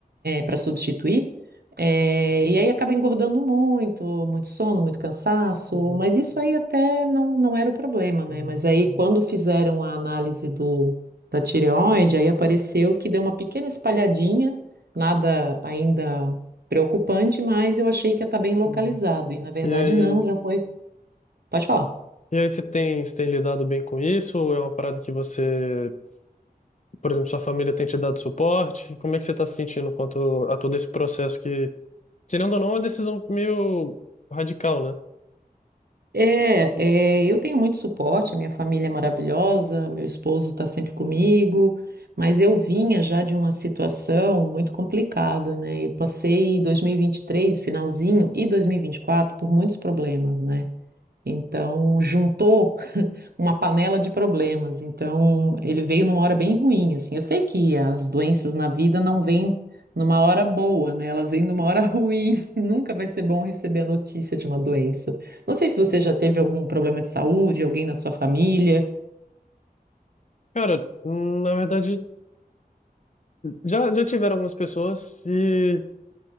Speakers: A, on the right; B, on the left.
A: para substituir. É, e aí acaba engordando muito, muito sono, muito cansaço,
B: uhum,
A: mas isso aí até não, não era o problema, né?
B: uhum,
A: Mas aí quando fizeram a análise do, da tireoide, aí apareceu que deu uma pequena espalhadinha, nada ainda preocupante, mas eu achei que ia estar bem localizado,
B: uhum.
A: e na verdade
B: E aí?
A: não, já foi. Pode falar.
B: E aí, você tem, você tem lidado bem com isso? Ou é uma parada que você, por exemplo, sua família tem te dado suporte? Como é que você está se sentindo quanto a todo esse processo que, querendo ou não, é uma decisão meio radical, né?
A: É, é, eu tenho muito suporte, a minha família é maravilhosa, meu esposo está sempre comigo, mas eu vinha já de uma situação muito complicada, né? Eu passei 2023, finalzinho, e 2024 por muitos problemas, né? Então, juntou uma panela de problemas. Então, ele veio numa hora bem ruim, assim. Eu sei que as doenças na vida não vêm numa hora boa, né? Elas vêm numa hora ruim. <laughs> Nunca vai ser bom receber a notícia de uma doença. Não sei se você já teve algum problema de saúde, alguém na sua família.
B: Cara, hum, na verdade, já, já tiveram algumas pessoas e